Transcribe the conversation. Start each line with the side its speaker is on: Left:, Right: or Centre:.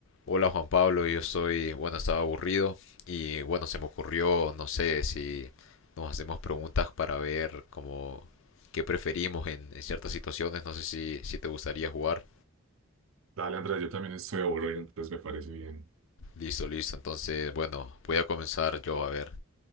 Left: Hola Juan Pablo, yo estoy, bueno, estaba aburrido y bueno, se me ocurrió, no sé si nos hacemos preguntas para ver como qué preferimos en, en ciertas situaciones, no sé si, si te gustaría jugar.
Right: Dale, Andrés, yo también estoy aburrido, entonces me parece bien.
Left: Listo, listo, entonces bueno, voy a comenzar yo a ver.